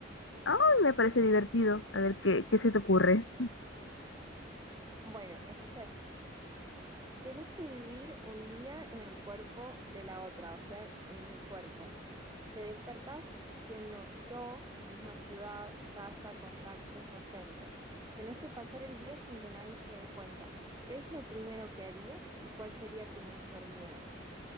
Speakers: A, on the left (about 90°); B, on the right (about 20°).
A: Ah, me parece divertido. A ver, ¿qué, qué se te ocurre?
B: Bueno, escucha esto. Tenés que vivir un día en el cuerpo de la otra, o sea, en mi cuerpo. Te despertás siendo yo, misma ciudad, casa, contactos, acentos. Tenés que pasar el día sin que nadie se dé cuenta. ¿Qué es lo primero que harías y cuál sería tu mayor miedo?